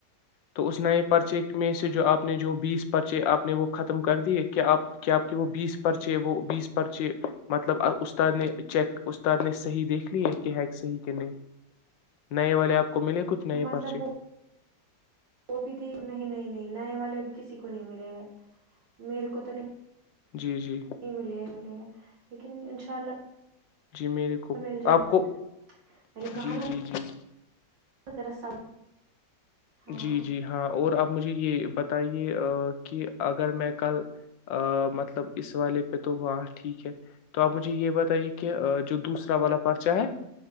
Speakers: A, on the left (about 85°); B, on the right (about 80°).
A: تو اس نئے پرچے میں سے جو آپ نے جو بیس پرچے آپ نے وہ ختم کر دیے کیا آپ کیا آپ کے وہ بیس پرچے وہ بیس پرچے مطلب استاد نے چیک استاد نے صحیح دیکھ لی ہے کہ ہ صحیح کہ نہیں نئے والے آپ ملے کچھ نئے
B: مطلب
A: پرچی
B: وہ وہ بھی دیک نہیں نہیں نہیں نیا والے ابھی کسی کو نہیں ملے ہے میرے کو تو نہیں
A: جی جی
B: نہیں ملے ملے لیکن انشاء اللہ
A: جی میرے کو
B: مل جائے
A: آپ
B: گا۔
A: کو
B: میں نے کہا
A: جی
B: نا
A: جی جی
B: ذرا سب ہاں
A: جی جی ہاں اور آپ آ مجھے یہ بتائیے کہ اگر میں کل مطلب اس والے پہ تو ہاں ٹھیک ہے تو آپ مجھے یہ بتائیے کہ جو دوسرا والا پرچا ہے